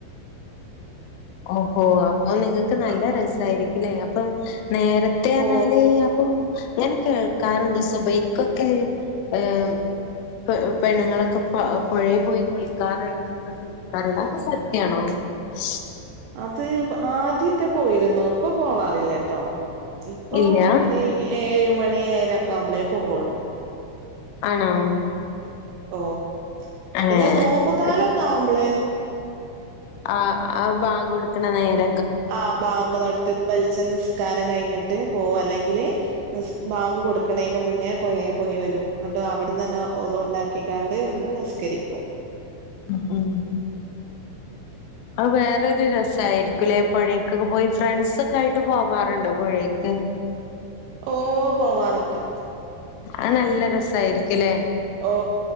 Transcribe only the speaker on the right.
അപ്പൊ
ഓ
അത് ആദ്യൊക്കെ പോയിരുന്നു ഇപ്പൊ പോവാറില്ല ട്ടോ ഇപ്പൊ
ഒരു ഏഴ് മണി ഏഴരൊക്കെ മ്പളേ പോകുള്ളൂ
ഓ
പിന്നെ നോമ്പ് കാലൊക്കെ ആവുമ്പളെ
ആ ബാങ്ക് നടത്ത് പൽച്ചെന്ന് നിസ്കാരം കഴിഞ്ഞിട്ട് പോവും അല്ലെങ്കില് ബാങ്ക് കൊടുക്കണേന് മുന്നെ പൊഴേ പോയി വരും അവിടന്നന്നെ ഒളൂണ്ടാക്കിക്കാണ്ട് വന്ന് നിസ്കരിക്കും
ഓ പോവാറുണ്ട്
ഓ